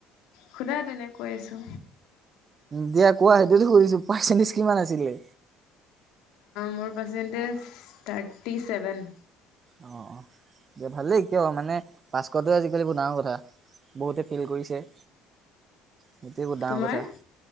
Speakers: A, on the left (about 65°); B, on the right (about 35°).
A: সুধা তেনেক কৈ আছো।
B: দিয়া কোৱা সেইটোত সুধিছো পাৰ্চেণ্টেজ কিমান আছিলে?
A: মোৰ পাৰ্চেণ্টেজ থাৰ্টি চেভেন।
B: অ', অ, ' ভালেই কিয় মানে পাচ কৰাটোয়ে আজিকালি ডাঙৰ কথা। বহুতে ফেইল কৰিছে। সেইটোয়ে বহুত ডাঙৰ
A: তোমাৰ
B: কথা।